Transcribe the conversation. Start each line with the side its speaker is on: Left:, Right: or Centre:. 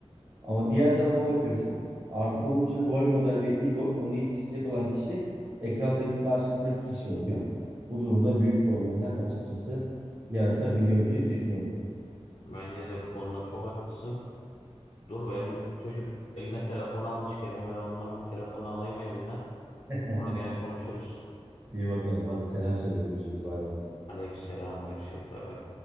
Right: Ama diğer tarafa bakıyorsun. Artık onun için rol model ve idol onu yetiştirecek olan kişi ekrandaki karşısındaki kişi oluyor. Bu durumda büyük problemler açıkçası yaratabiliyor diye düşünüyorum.
Left: Bence de bu konuda çok haklısın. Dur benim çocuk eline telefonu almış gene ben ondan bir telefonu alayım elinden.
Right: <laughs>
Left: Sonra gene konuşuruz.
Right: İyi bakalım. Hadi selam söyle. Görüşürüz. Bay bay.
Left: Aleykümselam. Görüşürüz. Bay bay.